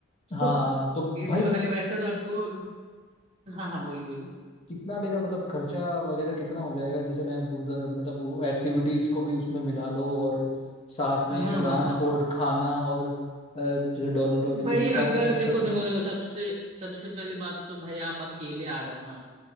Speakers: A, on the right (about 35°); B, on the left (about 30°).
A: <laughs>
B: हाँ
A: तो
B: तो
A: एसी
B: भाई
A: वाले वैसे तो आपको हाँ हाँ बोलिए बोलिए
B: कितना मेरा मतलब खर्चा वगैरह कितना हो जाएगा जैसे मैं उधर मतलब वो एक्टिविटीज को भी उसमें मिला लो और साथ में
A: हाँ
B: ट्रांसपोर्ट
A: हाँ हाँ हाँ
B: खाना और अ, जैसे डॉर्मेटोरी में
A: भाई
B: रुकता
A: अगर
B: हूँ मैं तो उसका
A: देखो
B: खर्च
A: देखो देखो सबसे सबसे पहली बात तो भाई आप अकेले आ रहे हो ना